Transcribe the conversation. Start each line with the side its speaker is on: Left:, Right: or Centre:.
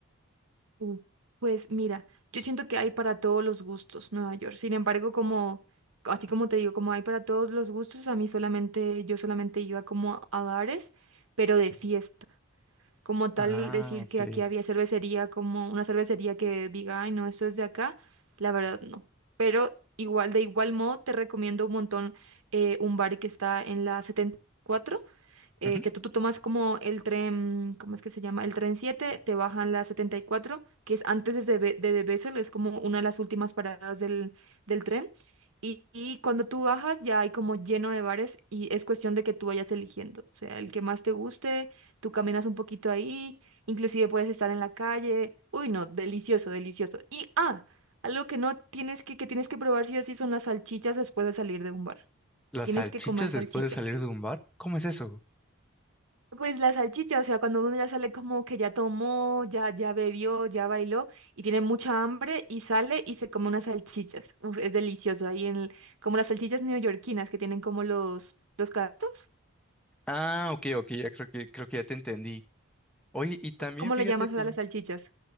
Right: Mm. Pues mira, yo siento que hay para todos los gustos Nueva York. Sin embargo, como, así como te digo, como hay para todos los gustos, a mí solamente, yo solamente iba como a bares, pero de fiesta. como tal
Centre: Ah,
Right: decir
Centre: ok.
Right: que aquí había cervecería, como una cervecería que diga, ay, no, esto es de acá, la verdad no. Pero igual, de igual modo, te recomiendo un montón eh, un bar que está en la 74 eh,
Centre: Ujú.
Right: que tú, tú tomas como el tren, ¿cómo es que se llama? El tren 7 te bajan la 74, que es antes de, Be- de, de Bessel, es como una de las últimas paradas del, del tren. Y, y cuando tú bajas ya hay como lleno de bares y es cuestión de que tú vayas eligiendo, o sea, el que más te guste, tú caminas un poquito ahí, inclusive puedes estar en la calle. Uy, no, delicioso, delicioso. Y ah, algo que no tienes que, que tienes que probar sí o sí son las salchichas después de salir de un bar.
Centre: ¿Las
Right: Tienes
Centre: salchichas
Right: que comer salchicha.
Centre: después de salir de un bar? ¿Cómo es eso?
Right: Pues la salchicha, o sea, cuando uno ya sale como que ya tomó, ya, ya bebió, ya bailó y tiene mucha hambre y sale y se come unas salchichas. Uf, es delicioso. Ahí en, el- como las salchichas neoyorquinas que tienen como los, los carritos.
Centre: Ah, ok, ok, ya creo que creo que ya te entendí. Oye, y también
Right: ¿Cómo
Centre: fíjate
Right: le llamas
Centre: que
Right: a las salchichas?